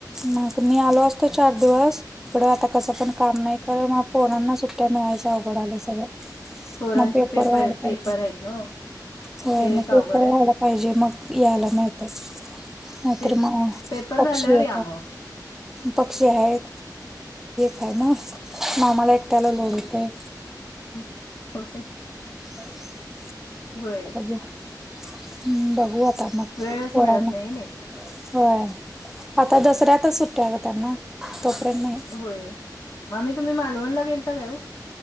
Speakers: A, in the centre; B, on the left.
A: मग मी आलो असतो चार दिवस तिकडं आता कसं पण काम नाही कर मग पोरांना सुट्ट्या मिळायच्या अघड आल्या सगळं
B: पोरांची
A: म पेपर वाढ
B: पेपर
A: पाहिजे
B: आहेत ना
A: होय
B: ते
A: मग
B: एक अवघड
A: पेपर
B: आहे
A: वाढ पाहिजे मग यायला मिळतय नाहीतर
B: तेच
A: मग
B: की पेपर
A: पक्षी
B: झाल्यावर
A: य
B: या मग
A: पक्षी आहेत फॅमस मामाला एकट्याला लोढतय
B: ह हो
A: बर
B: वय
A: हम्म बघू आता मग
B: वेळच
A: कोड
B: मिळत
A: ना
B: नाही नाही
A: होय आता दसऱ्यातच सुट्ट्या का त्यांना तोपर्यंत नाही
B: होय मग मी तुम्ही मालवणला गेलता काय हो